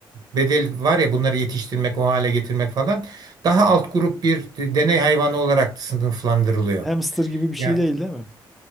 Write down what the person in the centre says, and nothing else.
Hamster gibi bir şey
değil değil mi?